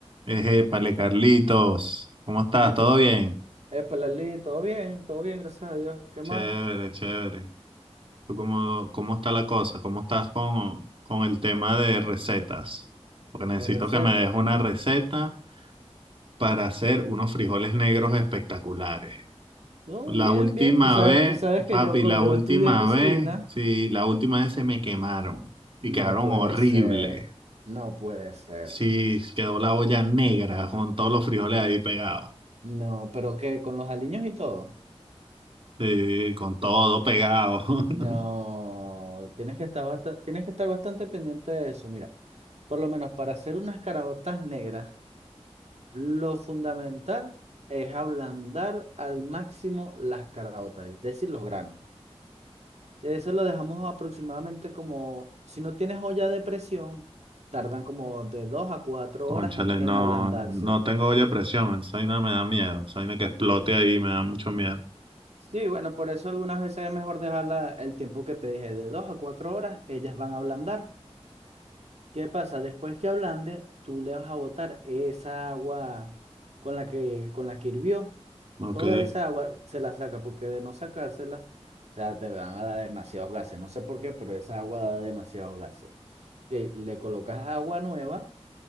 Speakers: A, on the right; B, on the right.
A: Ejépale, Carlitos, ¿cómo estás?
B: Epa,
A: ¿Todo bien?
B: epa, Lali, todo bien, todo bien, gracias a Dios. ¿Qué
A: Chévere,
B: más?
A: chévere. ¿Tú cómo, cómo está la cosa? ¿Cómo estás con, con el tema de recetas? Porque necesito
B: De receta.
A: que me des una receta para hacer unos frijoles negros espectaculares.
B: No,
A: La
B: bien,
A: última
B: bien. Tú sabes,
A: vez,
B: tú sabes que
A: papi,
B: yo, co-
A: la
B: yo
A: última
B: estudié cocina.
A: vez, sí, la última vez se me quemaron y
B: No
A: quedaron
B: puede
A: horribles.
B: ser, no puede ser.
A: Sí, quedó la olla negra con todos los frijoles ahí pegados.
B: No, pero ¿qué? ¿Con los aliños y todo?
A: Sí, con todo pegado. <laughs>
B: No, tienes que estar bastante, tienes que estar bastante pendiente de eso. Mira, por lo menos para hacer unas caraotas negras, lo fundamental es ablandar al máximo las caraotas, es decir, los granos. Eso lo dejamos aproximadamente como, si no tienes olla de presión, tardan como de dos a cuatro
A: Cónchale,
B: horas en
A: no,
B: ablandarse.
A: no tengo olla a presión, esa vaina me da miedo, esa vaina que explote ahí me da mucho miedo.
B: Sí, bueno, por eso algunas veces es mejor dejarla el tiempo que te dije, de dos a cuatro horas, ellas van a ablandar. ¿Qué pasa? Después que ablande, tú le vas a botar esa agua con la que, con la que hirvió.
A: Ok,
B: Toda esa agua se la saca, porque de no sacársela, o sea, te van a dar demasiados gases. No sé por qué, pero esa agua da demasiados gases. Que le colocas agua nueva